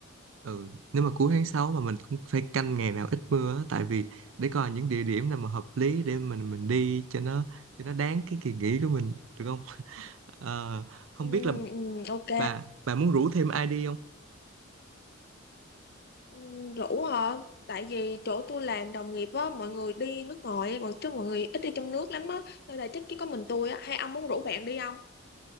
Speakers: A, on the right; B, on the left.
A: ừ nếu mà cuối tháng 6 mà mình cũng phải canh ngày nào ít mưa á, tại vì để coi những địa điểm nào mà hợp lý để mình mình đi cho nó cho nó đáng cái kỳ nghỉ của mình được không Ờ, không
B: ừ,
A: biết là
B: ừ ok
A: bà bà muốn rủ thêm ai đi không
B: Ừ, rủ hả tại vì chỗ tôi làm đồng nghiệp á mọi người đi nước ngoài còn chứ mọi người ít đi trong nước lắm á nên là chắc chỉ có mình tôi á hay ông muốn rủ bạn đi không